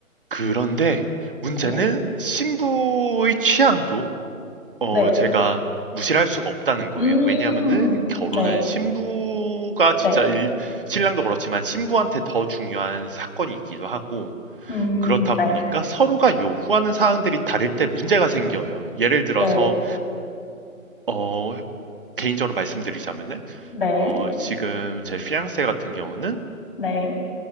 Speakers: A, on the right; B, on the left.
A: 그런데 문제는
B: 네,
A: 신부의 취향도 어
B: 네.
A: 제가 무시를 할 수가 없다는 거예요.
B: 음,
A: 왜냐하면은 결혼은
B: 네,
A: 신부가 진짜
B: 네.
A: 일 신랑도 그렇지만 신부한테 더 중요한 사건이기도 하고
B: 음,
A: 그렇다
B: 네,
A: 보니까 서로가 요구하는 사항들이 다를 때 문제가 생겨요. 예를 들어서
B: 네.
A: 어 개인적으로 말씀드리자면은
B: 네,
A: 어 지금 제 fiance 같은 경우는
B: 네,